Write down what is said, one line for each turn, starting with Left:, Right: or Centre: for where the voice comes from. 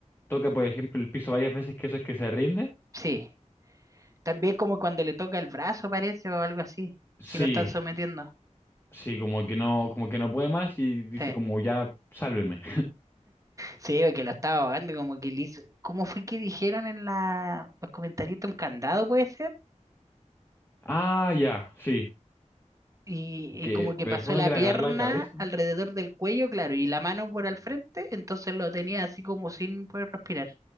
Left: toca, por ejemplo, el piso varias veces, que eso es que se rinde.
Right: Sí. También como cuando le toca el brazo, parece, o algo así,
Left: Sí,
Right: si lo están sometiendo.
Left: sí, como que no, como que no puede más y dice
Right: Sí,
Left: como ya, sálvenme.
Right: sí, que lo estaba ahogando, como que le hizo. ¿Cómo fue que dijeron en la, los comentarios? ¿Un candado puede ser?
Left: Ah, ya, sí,
Right: Y, y
Left: que,
Right: como que
Left: pero
Right: pasó
Left: fue uno
Right: la
Left: que le
Right: pierna
Left: agarró la cabeza.
Right: alrededor del cuello, claro, y la mano por al frente, entonces lo tenía así como sin poder respirar.